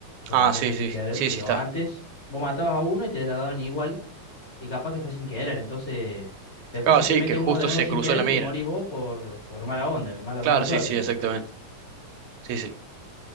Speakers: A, on the left; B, on the right.
A: porque
B: Ah,
A: capaz
B: sí,
A: fue
B: sí.
A: sin querer,
B: Sí,
A: pero
B: sí está.
A: antes vos matabas a uno y te la daban igual. Y capaz que fue sin querer. Entonces, después
B: Claro,
A: si
B: sí,
A: te mete
B: que justo
A: uno de nuevo
B: se
A: sin
B: cruzó
A: querer
B: en la
A: y
B: mira.
A: te morís vos por, por mala onda, mala,
B: Claro,
A: mala suerte
B: sí, sí,
A: en
B: exactamente.
A: realidad. Sí.
B: Sí, sí.